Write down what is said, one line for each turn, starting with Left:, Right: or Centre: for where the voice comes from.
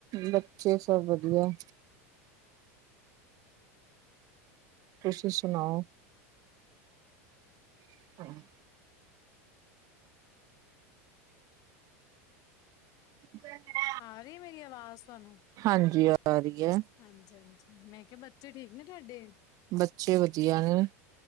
Right: ਬੱਚੇ ਸਭ ਵਧੀਆ, ਤੁਸੀਂ ਸੁਣਾਓ? <inaudible> <inaudible>
Left: ਆ ਰੀ ਮੇਰੀ ਆਵਾਜ਼ ਤੁਹਾਨੂੰ?
Right: ਹਾਂਜੀ ਆ ਰੀ ਐ,
Left: ਹਾਂਜੀ ਹਾਂਜੀ ਮੈਂ ਕਿਹਾ ਬੱਚੇ ਠੀਕ ਨੇ ਤੁਹਾਡੇ?
Right: ਬੱਚੇ ਵਧੀਆ ਨੇ,